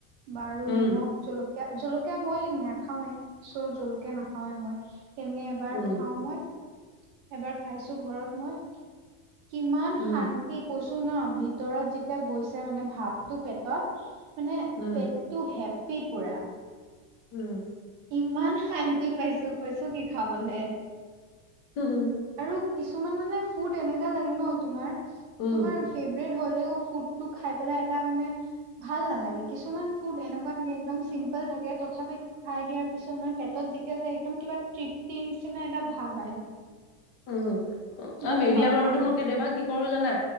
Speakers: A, on the right; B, on the left.
A: বাৰু
B: উম,
A: নিমখ জলক জলকীয়া মই নাখাওঁৱে। চৌ জলুকীয়া নাখাওঁৱে মই। তেনেকে এবাৰ
B: উম,
A: খাওঁ মই এবাৰ খাইছোঁ ঘৰত মই। কিমান
B: উম,
A: শান্তি কৈছ টো ন ভিতৰত যেতিয়া গৈছে মানে ভাতটো পেটত, মানে
B: উম, উম,
A: পেটতটো হেপ ত্ৰিপুৰা।
B: উম।
A: ইমান শান্তি পাইছো কৈছো কি খাবলে,
B: হো, হো।
A: আৰু কিছুমান মানে ফুড এনেকা লাগে ন তোমাৰ,
B: উম।
A: তোমাৰ ফেভৰেট হ'লেও ফুডটো খাই পেলাই এটা মানে ভাল নালাগে। কিছুমান ফুড এনেকুৱা থাকে একদম চিম্পল থাকে। তথাপি খুৱাই দিয়াৰ পিছত ইমান পেটত যেতিয়া যাই, একদম কিবা তৃপ্তি নিচিনা এটা ভাৱ আহে।
B: উম। আৰু
A: মই
B: মিডিয়াম
A: ভাল
B: আলুটো
A: পাওঁ তুমি
B: মই কেতিয়াবা কি কৰো জানা।